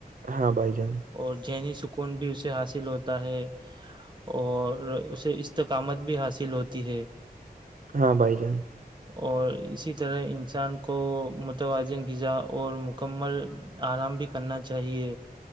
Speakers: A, on the right; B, on the right.
A: ہاں بھائی جان
B: اور ذہنی سکون بھی اسے حاصل ہوتا ہے اور اسے استقامت بھی حاصل ہوتی ہے
A: ہاں بھائی جان
B: اور اسی طرح انسان کو متوازن غذا اور مکمل آرام بھی کرنا چاہیے